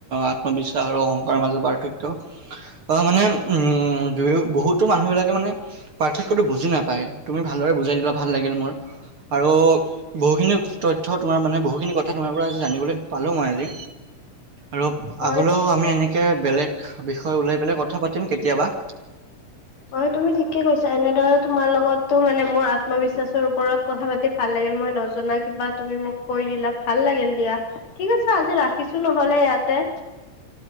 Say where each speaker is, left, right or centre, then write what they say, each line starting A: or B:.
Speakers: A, on the right; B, on the left.
A: আত্মবিশ্বাস আৰু অহংকাৰ মাজত পাৰ্থক্য বা মানে উম দুয়ো বহুতো মানুহ বিলাকে মানে পাৰ্থক্যটো বুজি নাপ পায় তুমি ভালদৰে বুজাই দিলা ভাল লাগিল মোৰ আৰু বহুখিনি তথ্য তোমাৰ মানে বহুখিনি কথা তোমাৰ পৰা আজি জানিবলৈ পালো মই আজি আৰু
B: হয়
A: আগলেও
B: এইটো তুমি
A: আমি এনেকে বেলেগ বিষয় উলাই পেলাই কথা পাতিম কেত তিয়াবা
B: অ তুমি ঠিকে কৈছা এনেদৰে তোমাৰ লগতো মানে মোৰ আত্মবিশ্বাসৰ ওপৰত কথা পাতি ভাল লাগিল মই নজনা কিবা তুমি মোক কৈ দিলা ভাল লাগিল দিয়া ঠিক আছে আজি ৰাখি ছো নহলে ইয়াতে।